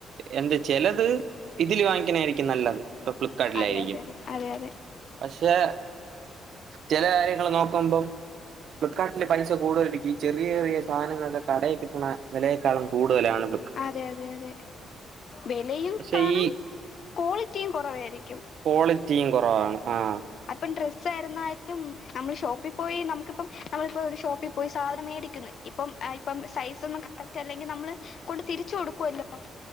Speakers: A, on the right; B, on the left.
A: എന്ത് ചെലത് ഇതിൽ വാങ്ങിക്കണേയിരിക്കും നല്ലത്. അപ്പ ഫ്ലിപ്കാർട്ടിലേയിരിക്കും
B: അതെ അതെ അതെ അതെ അതെ
A: പക്ഷേ ചെല കാര്യങ്ങള് നോക്കുമ്പം- ഫ്ലിപ്കാട്ടില് പൈസ കൂടുതലിരിക്കും ചെറിയെ ചെറിയ സാനങ്ങള് ഒക്കെ കടയില് കി - ട്ട്ണ വെലയേക്കാളും കൂടുതലാണല്ലോ
B: അതെ അതെ അതെ വെലയും
A: പക്ഷെ
B: കാണും
A: ഈ
B: ക്വാളിറ്റിയും കൊറവായിരിക്കും.
A: ക്വാളിറ്റിയും കൊറവാണ് ആഹ്
B: അപ്പം ഡ്രസ്സായിരുന്നാലും നമ്മള് ഷോപ്പിൽ പോയി നമുക്കിപ്പം നമ്മളിപ്പോ ഒര് ഷോപ്പിൽ പോയി സാധനം മേടിക്കിന്ന് ഇപ്പം ആയിപ്പം സൈസൊന്നും കറക്റ്റല്ലെങ്കിൽ നമ്മള് കൊണ്ട് തിരിച്ച് കൊടുക്കൊല്ലോ ഇപ്പം